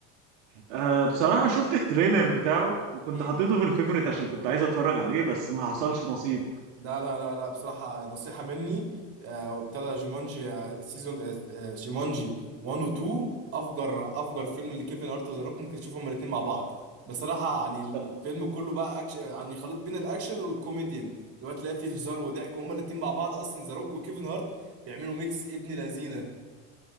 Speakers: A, on the right; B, on the right.
A: آه بصراحة شفت التريلر بتاعه وكنت
B: امم
A: حطيته في الفيفوريت عشان كنت عايز اتفرج عليه بس ما حصلش نصيب
B: لا لا لا لا بصراحة نصيحة مني آه، وابتدى جيمونجي آه، سيزون آه، آه، جيمونجي 1 و 2 افجر افجر فيلم لكيفن هارت وذا روك ممكن تشوفهم الاثنين مع بعض بصراحة يعني الفيلم
A: طب
B: كله بقى أكش... يعني خليط بين الاكشن والكوميديان اللي هو تلاقي فيه هزار وضحك وهما الاثنين مع بعض اصلا ذا روك وكيفن هارت بيعملوا ميكس ابن لذينة